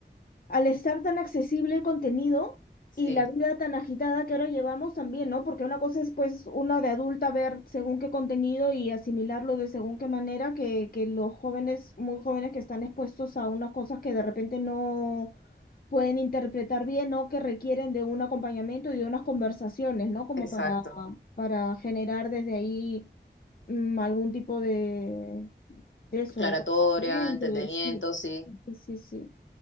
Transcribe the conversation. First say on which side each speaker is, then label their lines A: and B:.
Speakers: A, on the left (about 50°); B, on the left (about 80°).
A: al estar tan accesible el contenido
B: Sí,
A: y la vida tan agitada que ahora llevamos también, ¿no? Porque una cosa es pues una de adulta ver según qué contenido y asimilarlo de según qué manera que, que los jóvenes, muy jóvenes que están expuestos a unas cosas que de repente no pueden interpretar bien o que requieren de un acompañamiento y de unas conversaciones, ¿no? Como
B: exacto.
A: para, para generar desde ahí mm, algún tipo de, de eso,
B: Aclaratoria,
A: de conocimiento,
B: entendimiento,
A: de sí,
B: sí.
A: sí, sí. sí.